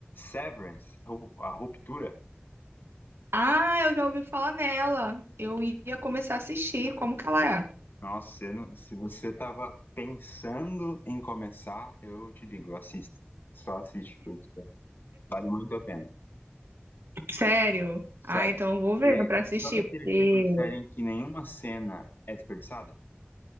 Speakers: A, on the left; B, on the right.
A: Severance, ou a Ruptura.
B: Ah, eu já ouvi falar nela. Eu ia começar a assistir. Como que ela é?
A: Nossa, você não- se você tava pensando em começar, eu te digo, assista. Só assiste, porque vale muito a pena.
B: Sério?
A: Sério.
B: Ah, então eu vou ver
A: E
B: pra assistir,
A: sabe aquele
B: porque...
A: tipo de série em que nenhuma cena é desperdiçada?